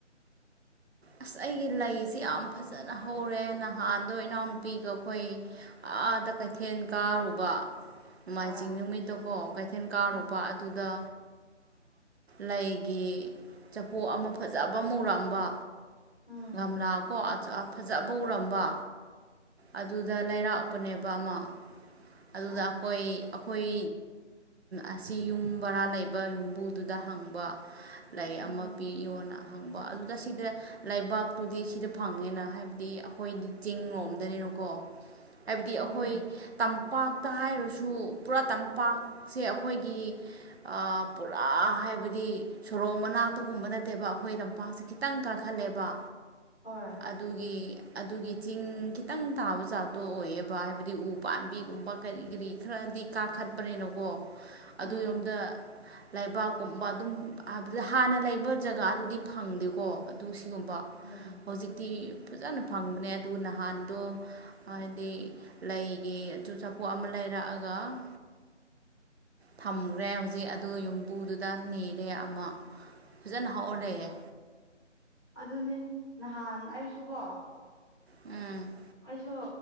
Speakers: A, on the right; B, in the centre.
A: ꯑꯁ ꯑꯩꯒꯤ ꯂꯩꯁꯤ ꯌꯥꯝ ꯐꯖꯅ ꯍꯧꯔꯦ ꯅꯍꯥꯟꯗꯣ ꯏꯅꯥꯎꯅꯨꯄꯤꯒ ꯑꯩꯈꯣꯏ ꯑꯥꯗ ꯀꯩꯊꯦꯜ ꯀꯥꯔꯨꯕ ꯅꯣꯃꯥꯏꯖꯤꯡ
B: ꯍꯣꯏ
A: ꯅꯨꯃꯤꯠꯇꯣꯀꯣ ꯀꯩꯊꯦꯜ ꯀꯥꯔꯨꯕ
B: ꯎꯝ
A: ꯑꯗꯨꯗ ꯂꯩꯒꯤ ꯆꯐꯨ ꯑꯃ ꯐꯖꯕ ꯃꯨꯔꯛꯑꯝꯕ
B: ꯎꯝ
A: ꯒꯝꯂꯥꯀꯣ ꯐꯖꯕ ꯎꯔꯝꯕ
B: ꯑꯥ
A: ꯑꯗꯨꯗ ꯂꯩꯔꯥꯛꯄꯅꯦꯕ ꯑꯃ ꯑꯗꯨꯗ
B: ꯑꯣ
A: ꯑꯩꯈꯣꯏ ꯑꯩꯈꯣꯏ ꯑꯁꯤ ꯌꯨꯝ ꯕꯔꯥ ꯂꯩꯕ ꯌꯨꯝꯕꯨꯗꯨꯗ ꯍꯪꯕ ꯂꯥꯏꯔꯤꯛ
B: ꯎꯝ
A: ꯑꯃ ꯄꯤ ꯌꯣꯅ ꯍꯪꯕ ꯑꯗꯨꯗ ꯁꯤꯗ ꯂꯩꯕꯥꯛꯇꯨꯗꯤ ꯁꯤꯗ ꯐꯪꯉꯦꯅ ꯍꯥꯏꯕꯗꯤ ꯑꯩꯈꯣꯏꯗꯤ ꯆꯤꯡ ꯂꯣꯝꯗꯅꯤꯅꯀꯣ ꯍꯥꯏꯕꯗꯤ ꯑꯩꯈꯣꯏ
B: ꯍꯣꯏꯅꯦ
A: ꯇꯝ ꯄꯥꯛꯇ ꯍꯥꯏꯔꯁꯨ ꯄꯨꯔꯥ ꯇꯝꯄꯥꯛꯁꯦ ꯑꯩꯈꯣꯏꯒꯤ ꯑꯥ ꯄꯨꯔꯥ ꯍꯥꯏꯕꯗꯤ ꯁꯣꯔꯣꯛ ꯃꯅꯥꯛꯇꯒꯨꯝꯕ ꯅꯠꯇꯦꯕ ꯑꯩꯈꯣꯏ ꯂꯝꯄꯥꯛꯁꯦ ꯈꯤ ꯈꯤꯇꯪ ꯀꯥꯈꯠꯂꯦꯕ
B: ꯍꯣꯏ
A: ꯑꯗꯨꯒꯤ ꯑꯗꯨꯒꯤ ꯆꯤꯡ ꯈꯤꯇꯪ ꯊꯥꯕ ꯆꯥꯛꯇꯣ ꯑꯣꯏꯌꯦꯕ ꯍꯥꯏꯕꯗꯤ ꯎ ꯄꯥꯝꯕꯤ ꯀꯔꯤ ꯀꯔꯤ ꯈꯔꯗꯤ ꯀꯥꯈꯠꯄꯅꯤꯅꯀꯣ
B: ꯎꯝ
A: ꯑꯗꯨꯔꯣꯝꯗ ꯂꯩꯕꯥꯛꯀꯨꯝꯕ ꯑꯗꯨꯝ ꯍꯥꯟꯅ ꯂꯩꯕ ꯖꯒꯥꯗꯨꯗꯤ ꯐꯪꯗꯦꯀꯣ ꯑꯗꯨ ꯁꯤꯒꯨꯝꯕ
B: ꯎꯝ
A: ꯍꯧꯖꯤꯛ ꯗꯤ ꯐꯖꯅ ꯐꯪꯕꯅꯦ ꯑꯗꯨꯒ ꯅꯍꯥꯟꯗꯣ ꯍꯥꯏꯗꯤ ꯂꯩꯒꯤ ꯆꯥꯐꯨ ꯑꯃ ꯂꯩꯔꯛꯑꯒ ꯊꯝꯈ꯭ꯔꯦ ꯍꯧꯖꯤꯛ ꯑꯗꯨ ꯌꯨꯝꯕꯨꯗꯨꯗ ꯅꯤꯔꯦ ꯑꯃ ꯐꯖꯅ ꯍꯥꯎꯔꯥ ꯂꯩꯔꯦ
B: ꯑꯗꯨꯅꯦ ꯅꯍꯥꯟ ꯑꯩꯁꯨꯀꯣ
A: ꯎꯝ
B: ꯑꯩꯁꯨ